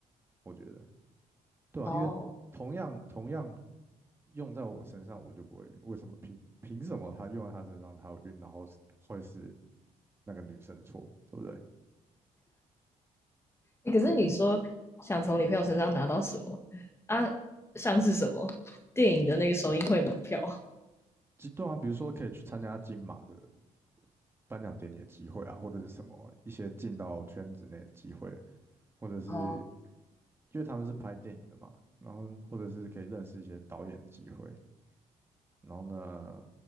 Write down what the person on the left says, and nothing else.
哦？
欸可是你说想从你朋友身上拿到什么啊？
像是什么电影的那个首映会门票
哦，